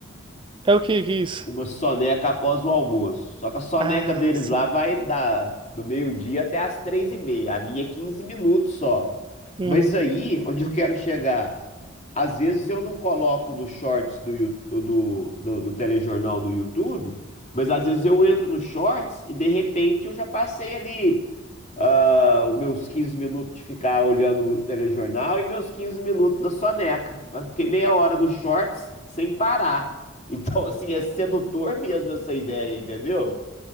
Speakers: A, on the right (about 25°); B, on the left (about 35°).
A: É o que que é isso?
B: Uma soneca após o almoço. Só que a soneca
A: Ah,
B: deles
A: sim.
B: lá vai da, do meio-dia até às três e meia. A minha é 15 minutos só.
A: Uhum.
B: Mas aí, onde eu quero chegar? Às vezes eu não coloco no shorts do, Yu- no, no, no telejornal do YouTube, mas às vezes eu entro no shorts e de repente eu já passei ali ah, os meus 15 minutos de ficar olhando o telejornal e meus 15 minutos da soneca. Mas Fiquei meia hora nos shorts sem parar. <laughs> Então, assim, é sedutor mesmo essa ideia, entendeu?